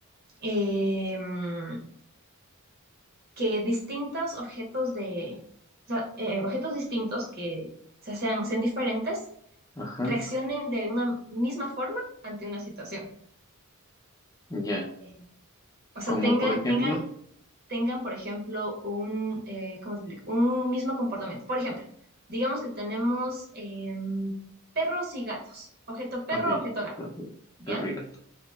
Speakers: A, on the right; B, on the left.
A: eh, mm, que distintos objetos de, o sea, eh, objetos distintos que se sean, sean diferentes,
B: ajá,
A: reaccionen de una misma forma ante una situación.
B: ya.
A: Eh, O sea,
B: Como
A: tengan,
B: por ejemplo,
A: tengan, tengan, por ejemplo, un, eh, ¿cómo te explico? Un mismo comportamiento. Por ejemplo, digamos que tenemos em, perros y gatos. Objeto perro,
B: ok,
A: objeto gato.
B: perro
A: ¿Ya?
B: perro y gato.